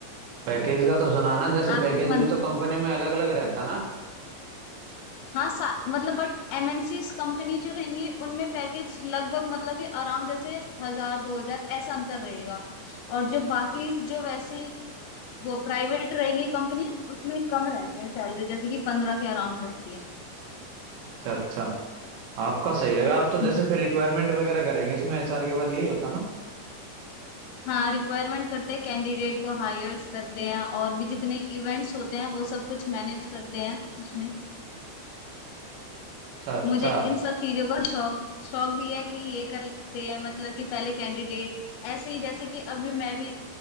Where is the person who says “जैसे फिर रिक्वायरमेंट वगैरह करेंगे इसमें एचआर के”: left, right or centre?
Right